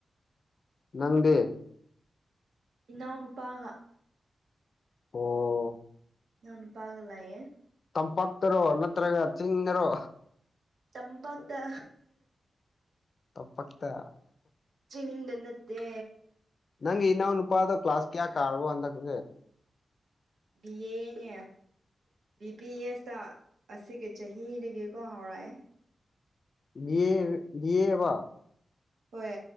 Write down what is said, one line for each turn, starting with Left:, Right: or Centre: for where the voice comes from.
Left: ꯅꯪꯗꯤ
Right: ꯏꯅꯥꯎ ꯅꯨꯨꯄꯥꯒ
Left: ꯑꯣ
Right: ꯢꯅꯥꯎ ꯅꯨꯄꯥꯒ ꯂꯩꯌꯦ
Left: ꯇꯝꯄꯥꯛꯇꯔꯣ ꯅꯠꯇ꯭ꯔꯒ ꯆꯤꯡꯗꯔꯣ
Right: ꯇꯝꯄꯥꯛꯇ
Left: ꯇꯥꯝꯄꯥꯛꯇ
Right: ꯆꯤꯡꯗ ꯅꯠꯇꯦ
Left: ꯅꯪ ꯏꯅꯥꯎ ꯅꯨꯄꯥꯗꯣ ꯀ꯭ꯂꯥꯁ ꯀꯌꯥ ꯀꯥꯔꯕꯣ ꯍꯥꯟꯗꯥꯛꯗꯤ
Right: ꯕꯤ ꯑꯦ ꯕꯤ ꯄꯤ ꯑꯦꯁꯇ ꯑꯁꯤꯒꯤ ꯆꯍꯤꯗꯒꯤꯀꯣ ꯍꯧꯔꯛꯑꯦ
Left: ꯕꯤꯌꯦ ꯕꯤꯌꯦꯕꯣ
Right: ꯍꯣꯏ